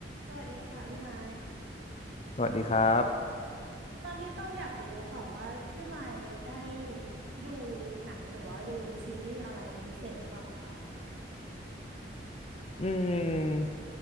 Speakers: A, on the right; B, on the left.
A: สวัสดีค่ะพี่ไม้
B: สวัสดีครับ
A: ตอนนี้ต้องอยากรู้ค่ะว่าพี่ไม้ได้ดูหนังหรือว่าดูซีรีส์อะไรเป็นพิเศษหรือเปล่าคะ
B: อืม